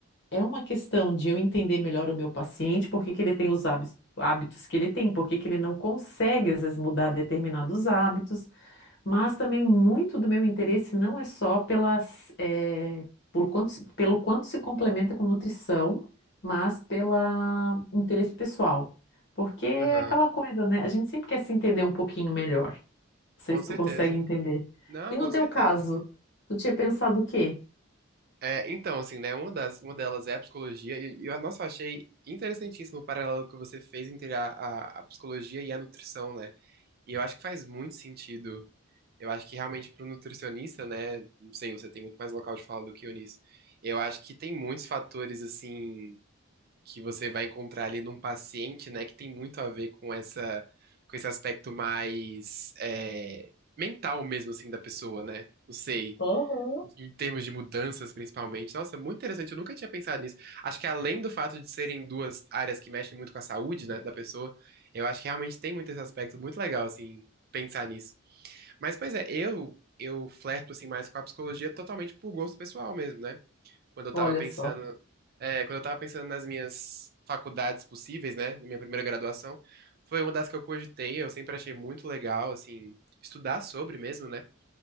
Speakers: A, on the left; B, on the right.
A: é uma questão de eu entender melhor o meu paciente, por que que ele tem os hábis- hábitos que ele tem, por que que ele não consegue, às vezes, mudar determinados hábitos, mas também muito do meu interesse não é só pelas, eh, por quanto, se- pelo quanto se complementa com nutrição, mas pelo interesse pessoal. Porque é
B: Aham,
A: aquela coisa, né? A gente sempre quer se entender um pouquinho melhor. Não
B: com
A: sei se
B: certeza.
A: tu consegue entender.
B: Não,
A: E no
B: com
A: teu
B: certeza.
A: caso, tu tinha pensado o quê?
B: É, então, assim, né, uma das, uma delas é a psicologia, e, e eu- nossa, eu achei interessantíssimo o paralelo que você fez entre a, a, a psicologia e a nutrição, né? E eu acho que faz muito sentido. Eu acho que realmente para o nutricionista, né, não sei, você tem muito mais local de fala do que eu nisso. Eu acho que tem muitos fatores, assim, que você vai encontrar ali num paciente, né, que tem muito a ver com essa, com esse aspecto mais, é, mental mesmo, assim, da pessoa, né? Não sei
A: Aham.
B: em termos de mudanças, principalmente. Nossa, muito interessante. Eu nunca tinha pensado nisso. Acho que além do fato de serem duas áreas que mexem muito com a saúde, né, da pessoa, eu acho que realmente tem muito esse aspecto muito legal, assim, pensar nisso. Mas, pois é, eu eu flerto, assim, mais com a psicologia totalmente por gosto pessoal mesmo, né? Quando eu
A: Olha
B: tava pensando,
A: só.
B: é, quando eu tava pensando nas minhas faculdades possíveis, né, na minha primeira graduação, foi uma das que eu cogitei, eu sempre achei muito legal, assim, estudar sobre mesmo, né?